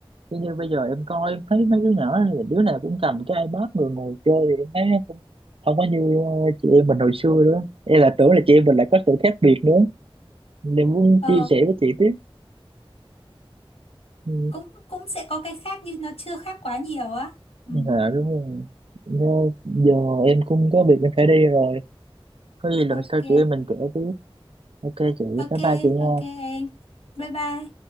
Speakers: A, on the right; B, on the left.
A: Thế như bây giờ em coi em thấy mấy đứa nhỏ thì đứa nào cũng cầm cái iPad rồi ngồi chơi thì em thấy nó cũng không có như ờ, chị em mình hồi xưa nữa em là tưởng là chị em mình lại có sự khác biệt nữa nên muốn
B: ừ
A: chia sẻ với chị tiếp Ừ.
B: cũng cũng sẽ có cái khác nhưng nó chưa khác quá nhiều á ừ.
A: dạ đúng rồi Nó- giờ em cũng có việc em phải đi rồi có gì lần
B: ok
A: sau chị em mình kể tiếp ok chị
B: ok
A: bye bye chị nha
B: ok em bye bye